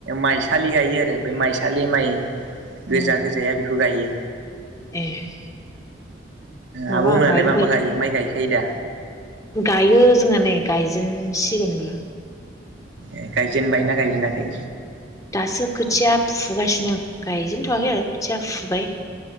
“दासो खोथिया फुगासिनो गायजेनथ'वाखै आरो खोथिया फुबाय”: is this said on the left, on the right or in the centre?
Left